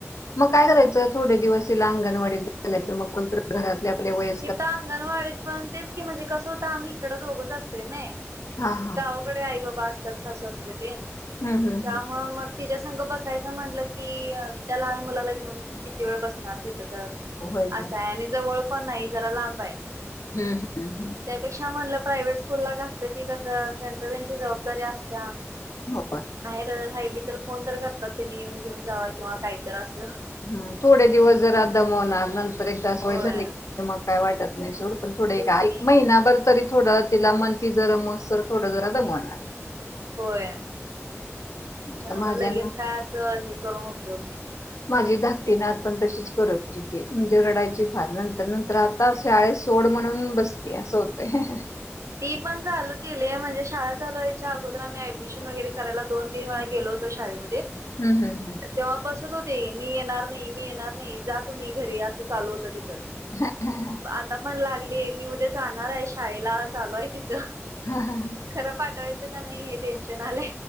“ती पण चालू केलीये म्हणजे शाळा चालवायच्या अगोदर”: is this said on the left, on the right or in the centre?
Right